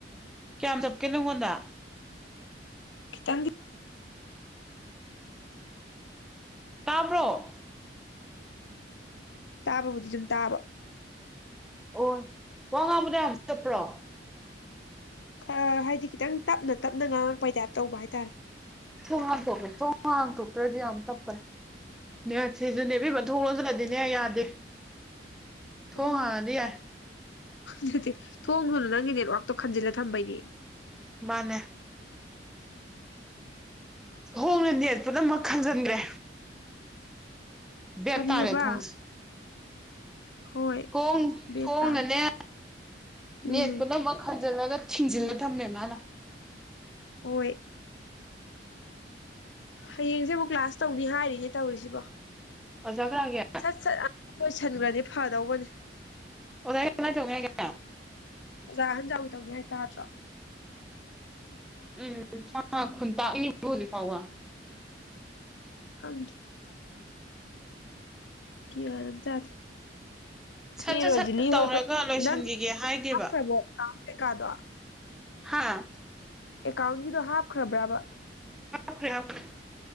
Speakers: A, in the centre; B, on the left (about 85°).
A: ꯀꯌꯥꯝ ꯆꯞꯀꯦ ꯅꯪꯉꯣꯟꯗ
B: ꯈꯤꯇꯪꯗꯤ
A: ꯇꯥꯕ꯭ꯔꯣ
B: ꯇꯥꯕꯕꯨꯗꯤ ꯑꯗꯨꯝ ꯇꯥꯕ
A: ꯑꯣ ꯋꯥ ꯉꯥꯡꯕꯗ ꯌꯥꯝ ꯆꯞꯄ꯭ꯔꯣ
B: ꯈꯔ ꯍꯥꯏꯗꯤ ꯈꯤꯇꯪ ꯇꯞꯅ ꯇꯞꯅ ꯉꯥꯡꯉꯛꯄꯩ ꯇꯥꯏꯞ ꯇꯧꯕ ꯍꯥꯏꯇꯥꯔꯦ
A: ꯊꯣꯡ ꯍꯥꯡꯗ‌ꯣꯛꯀ‌ꯦ ꯊꯣꯡ ꯍꯥꯡꯗ‌ꯣꯛꯇ꯭ꯔꯗꯤ ꯌꯥꯝ ꯇꯞꯄ‌ꯦ ꯅꯦꯠꯁꯤꯁꯨꯅꯦ ꯏꯕ‌ꯦꯝꯃ ꯊꯣꯡ ꯂ‌ꯣꯟꯁꯜꯂꯗꯤꯅ‌ꯦ ꯌꯥꯗꯦ ꯊꯣꯡ
B: ꯎꯝ
A: ꯍꯥꯡꯉꯗꯤ ꯌꯥꯏ
B: ꯅꯠꯇ‌ꯦ ꯊꯣꯡꯗꯨꯅ ꯅꯪꯒꯤ ꯅꯦꯠꯋꯥꯛꯇꯣ ꯈꯟꯖꯤꯜꯂ ꯊꯝꯕꯩꯅꯦ
A: ꯃꯥꯟꯅꯦ ꯈ‌ꯣꯡꯅ ꯅꯦꯠꯄꯗ ꯃꯈꯥ ꯆꯟꯈ꯭ꯔꯦ ꯕꯩꯠꯇꯔꯦ
B: ꯀꯔꯤꯑꯕ
A: ꯊꯣꯡꯁꯦ
B: ꯍꯣꯏ
A: ꯊꯣꯡ
B: ꯕꯦꯠ
A: ꯊꯣꯡꯅꯅꯦ
B: ꯇꯥꯔꯦ
A: ꯅꯦꯛꯄꯗ
B: ꯎꯝ
A: ꯕꯥꯛ ꯈꯟꯖꯤꯜꯂꯒ ꯊꯤꯡꯖꯤꯜꯂ ꯊꯝꯃꯦ ꯃꯥꯅ
B: ꯍꯣꯏ ꯍꯌꯦꯡꯁꯦ ꯑꯃꯨꯛ ꯀ꯭ꯂꯥꯁ ꯇꯧꯕꯤ ꯍꯥꯏꯔꯤꯒꯦ ꯇꯧꯔꯤꯁꯤꯕꯣ
A: ꯑꯣꯖꯥ ꯀꯅꯥꯒꯤ
B: ꯁꯠ ꯁꯠ ꯂꯣꯏꯁꯟꯈ꯭ꯔꯗꯤ ꯐꯗꯧꯕꯅꯦ
A: ꯑꯣ ꯀꯅꯥ ꯆꯣꯡꯉꯦ ꯀ
B: ꯑꯣꯖꯥ ꯑꯍꯟꯖ ꯓꯥꯎꯒꯤ ꯇꯧꯅꯤ ꯍꯥꯏꯇꯥꯗ꯭ꯔꯣ
A: ꯎꯝ ꯈꯨꯨꯟ ꯇꯥꯛꯜꯂꯤ ꯐꯥꯎ
B: ꯈꯥꯡꯗꯦ ꯒꯤꯌꯥꯟ ꯑꯃꯥ ꯇꯥꯗꯦ
A: ꯁꯠ
B: ꯃꯤ
A: ꯁꯠ
B: ꯔꯣꯖꯤꯂꯤ
A: ꯁꯠ ꯇꯧꯔꯒ
B: ꯍꯣꯏ
A: ꯂꯣꯏꯁꯤꯟꯈꯤꯒꯦ
B: ꯅꯪꯒꯤ
A: ꯍꯥꯏꯗꯦꯕ
B: ꯍꯥꯞꯈ꯭ꯔꯕꯣꯥ ꯑꯦꯀꯥꯟ ꯀꯤꯀꯥꯗꯣ
A: ꯍꯥꯥ
B: ꯑꯦꯀꯥꯎꯟꯒꯤꯗꯣ ꯍꯥꯞꯈ꯭ꯔꯕ꯭ꯔꯕ
A: ꯍꯥꯞꯈ꯭ꯔꯦ ꯍꯥꯞꯈ꯭ꯔꯦ